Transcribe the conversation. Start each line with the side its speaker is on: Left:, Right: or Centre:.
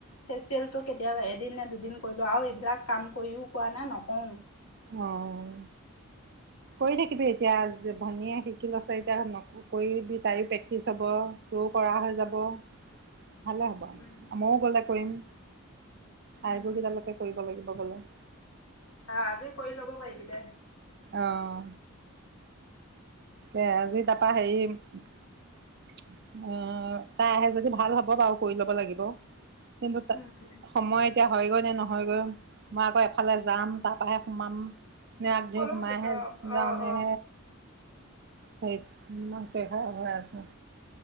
Left: ফেচিয়েলটো এতিয়া এদিন নে দুদিন কৰিলো আৰু এইবিলাক কাম কৰিও কোৱা নে নকওঁ।
Right: অহঁ কৰি থাকিবি এতিয়া। যে ভনীয়ে শিকি ল'ছে এতিয়া ন কৰিবি তাইো প্ৰেক্টিছ হ'ব তইও কৰা হৈ যাব ভালে হ'ব
Left: উম
Right: ময়ো গ'লে কৰিম।
Left: উম
Right: আইবোৰ কেইডালৈকে কৰিব লাগিব গলে।
Left: হা আজি কৰি ল'ব পাৰি ল'ব পাৰি দে।
Right: অহ। এ আজি তাৰাপা হেৰি উ তাই আহে যদি ভাল হ'ব বাৰু কৰি ল'ব লাগিব। কিন্তু
Left: উম
Right: সময় এতিয়া হয়গৈ নে নহয়গৈ মই আকৌ এফালে যাম তাৰ পৰাৰাহে সোমাম নে আগ
Left: কলৈ
Right: ধৰি সোমাই হে
Left: অ অ
Right: যাওঁ নে?
Left: অ
Right: সেই মাকতে খাৰপ হৈ আছে।